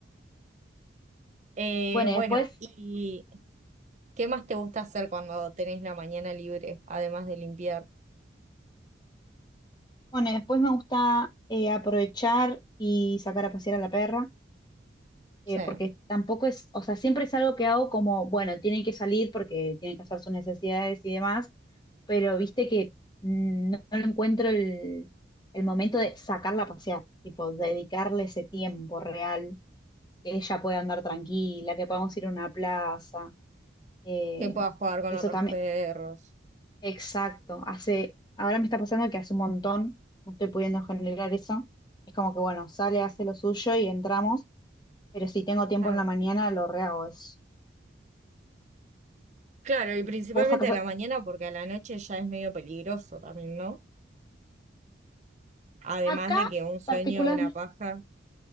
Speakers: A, on the right; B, on the left.
A: Eh,
B: Bueno,
A: bueno,
B: y después,
A: ¿y qué más te gusta hacer cuando tenés la mañana libre, además de limpiar?
B: bueno, y después me gusta eh, aprovechar y sacar a pasear a la perra. eh,
A: Sí,
B: porque tampoco es, o sea, siempre es algo que hago como, bueno, tiene que salir porque tiene que hacer sus necesidades y demás, pero viste que mm, no, no encuentro el, el momento de sacarla a pasear, tipo, dedicarle ese tiempo real, que ella pueda andar tranquila, que podamos ir a una plaza, eh,
A: que puedas jugar con
B: eso
A: otros
B: también,
A: perros.
B: exacto, hace, ahora me está pasando que hace un montón, no estoy pudiendo generar eso, es como que, bueno, sale, hace lo suyo y entramos. Pero si tengo tiempo
A: Ah,
B: en la mañana, lo rehago eso.
A: Claro, y principalmente
B: Vos sacás.
A: a la mañana porque a la noche ya es medio peligroso también, ¿no? Además
B: Acá
A: de que un sueño,
B: particular,
A: una paja.